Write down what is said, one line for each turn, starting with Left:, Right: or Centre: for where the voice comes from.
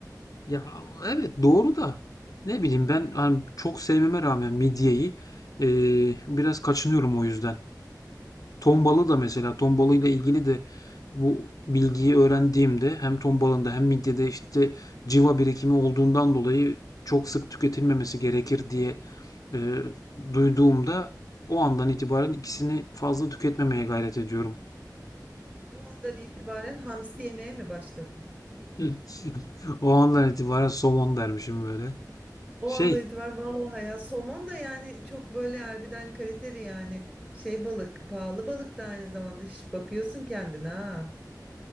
Left: Ya evet doğru da ne bileyim ben hani çok sevmeme rağmen midyeyi eee, biraz kaçınıyorum o yüzden. Tombala da mesela tombala ile ilgili de bu bilgiyi öğrendiğimde hem tombalında hem midyede işte civa birikimi olduğundan dolayı çok sık tüketilmemesi gerekir diye e, duyduğumda o andan itibaren ikisini fazla tüketmemeye gayret ediyorum.
Right: O andan itibaren hamsi yemeye mi başladın?
Left: Hı. O andan itibaren somon dermişim böyle.
Right: O
Left: Şey
Right: andan itibaren vallahi ya somon da yani çok böyle harbiden kaliteli yani şey balık pahalı balık da aynı zamanda Şş, bakıyorsun kendine ha.